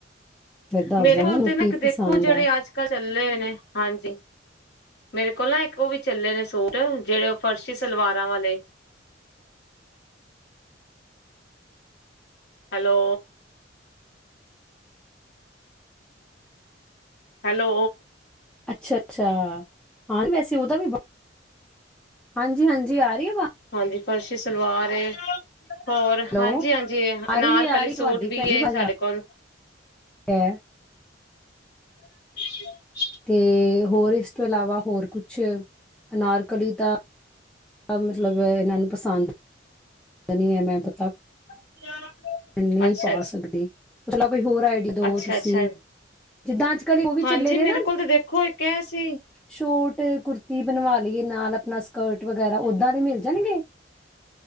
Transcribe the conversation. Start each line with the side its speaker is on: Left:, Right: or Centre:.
Centre: ਫਿਰ ਦੱਸ
Left: ਮੇਰੇ
Centre: ਦਾਂਗੀ
Left: ਕੋਲ
Centre: ਮੈਨੂੰ
Left: ਤੇ ਨਾ
Centre: ਕੀ
Left: ਦੇਖੋ
Centre: ਪਸੰਦ
Left: ਜਿਹੜੇ
Centre: ਹੈ
Left: ਅੱਜ ਕੱਲ ਚੱਲੇ ਹੋਏ ਨੇ ਹਾਂਜੀ। ਮੇਰੇ ਕੋਲ ਨਾ ਇੱਕ ਉਹ ਵੀ ਚੱਲੇ ਨੇ ਸੂਟ ਜਿਹੜੇ ਉਹ ਫਰਸ਼ੀ ਸਲਵਾਰਾਂ ਵਾਲੇ ਹੈਲੋ। ਹੈਲੋ।
Centre: ਅੱਛਾ ਅੱਛਾ ਹਾਂ ਵੈਸੇ ਉਹਦਾ ਵੀ ਹਾਂਜੀ ਹਾਂਜੀ ਜੀ ਆ ਰਹੀ ਏ।
Left: ਹਾਂਜੀ ਫਰਸ਼ੀ ਸਲਵਾਰ ਏ ਹੋਰ
Centre: ਹੈਲੋ
Left: ਹਾਂਜੀ ਹਾਂਜੀ ਅਨਾਰਕਲੀ
Centre: ਆ ਰਹੀ ਹੈ ਆ ਰਹੀ ਤੁਹਾਡੀ
Left: ਸੂਟ ਵੀ
Centre: ਭੈਣ ਜੀ
Left: ਏ
Centre: ਆਵਾਜ਼
Left: ਸਾਡੇ
Centre: ਆ
Left: ਕੋਲ।
Centre: ਰਹੀ ਹੈ
Left: <unintelligible>
Centre: ਤੇ ਹੋਰ ਇਸ ਤੋਂ ਇਲਾਵਾ ਹੋਰ ਕੁਛ ਅਨਾਰਕਲੀ ਤਾਂ ਮਤਲਬ ਇਹਨਾਂ ਨੂੰ ਪਸੰਦ ਨੀ ਹੈ ਮੈਂ ਪਤਾ
Left: <unintelligible>
Centre: ਨਹੀਂ
Left: ਅੱਛਾ
Centre: ਪਾ
Left: ਅੱਛ
Centre: ਸਕਦੀ। ਚਲੋ ਹੋਰ ਆਈਡੀ ਦਵੋ
Left: ਅੱਛਾ-ਅੱਛਾ
Centre: ਤੁਸੀਂ, ਜਿੱਦਾਂ ਅੱਜ ਕੱਲ ਉਹ ਵੀ
Left: ਹਾਂਜੀ
Centre: ਚੱਲੇ ਦੇ ਨਾ
Left: ਮੇਰੇ ਕੋਲ ਤਾਂ ਦੇਖੋ ਇੱਕ ਐ ਸੀ
Centre: ਸ਼ੋਟ ਕੁੁਰਤੀ ਬਣਵਾ ਏ ਨਾਲ ਆਪਣਾ ਸਕਰਟ ਵਗੈਰਾ ਓਦਾਂ ਦੇ ਮਿਲ ਜਾਣਗੇ।